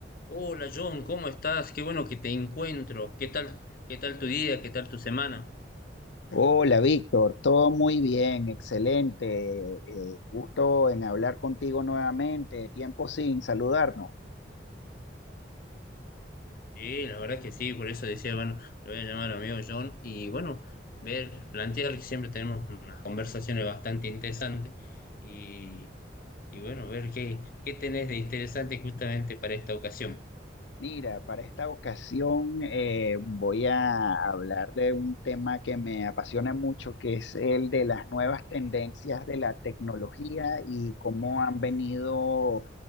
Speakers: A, on the left; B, on the left.
A: Hola John, ¿cómo estás? Qué bueno que te encuentro. ¿Qué tal, qué tal tu día? ¿Qué tal tu semana?
B: Hola, Víctor, todo muy bien, excelente. eh, gusto en hablar contigo nuevamente. Tiempo sin saludarnos.
A: Sí, la verdad que sí, por eso decía, bueno, lo voy a llamar a mi amigo John y bueno, ver, plantear que siempre tenemos unas conversaciones bastante interesantes y, y bueno, ver qué, qué tenés de interesante justamente para esta ocasión.
B: Mira, para esta ocasión eh, voy a hablar de un tema que me apasiona mucho, que es el de las nuevas tendencias de la tecnología y cómo han venido